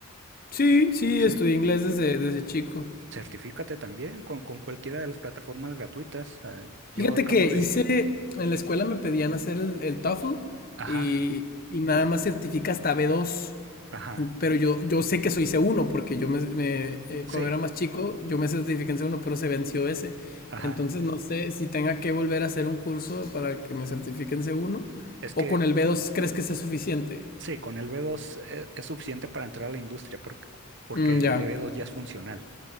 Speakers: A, on the left (about 45°); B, on the right (about 55°).
A: Sí, sí,
B: sí,
A: estudié inglés desde, desde chico.
B: certifícate también con, con cualquiera de las plataformas gratuitas. Ah, yo
A: Fíjate
B: acabo
A: que hice,
B: de...
A: en la escuela me pedían hacer el, el TOEFL
B: Ajá,
A: y, y nada más certifica hasta b dos
B: ajá,
A: en- pero yo, yo sé que soy C1 porque yo me, me, eh,
B: sí,
A: cuando era más chico yo me certifiqué en c uno pero se venció ese.
B: ajá.
A: Entonces no sé si tenga que volver a hacer un curso para que me certifiquen c uno
B: Es que
A: o con el b dos crees que sea suficiente.
B: sí, con el b dos e- es, suficiente para entrar a la industria porque, porque
A: Mm, ya.
B: el E b dos ya es funcional,